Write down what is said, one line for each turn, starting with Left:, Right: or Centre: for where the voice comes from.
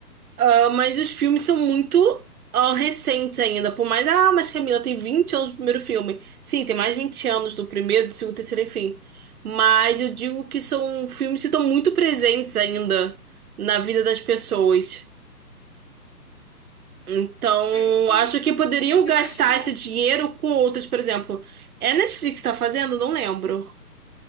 Right: Ah, mas os filmes são muito ah, recentes ainda. Por mais, ah, mas Camila tem 20 anos do primeiro filme. Sim, tem mais de 20 anos do primeiro, do segundo, terceiro, enfim. Mas eu digo que são filmes que estão muito presentes ainda na vida das pessoas. Então,
Left: É, sim,
Right: acho que poderiam
Left: e
Right: gastar
Left: eu acho que não,
Right: esse dinheiro com outras, por exemplo. É a Netflix que tá fazendo? Não lembro.